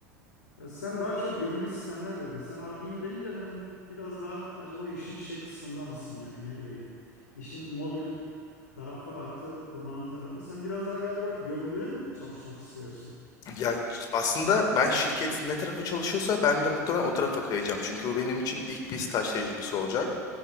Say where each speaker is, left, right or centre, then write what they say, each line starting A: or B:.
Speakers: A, on the left; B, on the left.
A: Ya sen daha çok gömülü sistemler dedin. Sen Arduino deyince ben biraz daha acaba işin şey kısmında mısın yani ne bileyim. İşin mobil tarafı artı donanım tarafı. Sen biraz daha galiba gömülüde mi çalışmak istiyorsun?
B: Ya aslında ben şirket ne tarafa çalışıyorsa ben de muhtemelen o tarafa kayacağım. Çünkü bu benim için ilk bir staj tecrübesi olacak.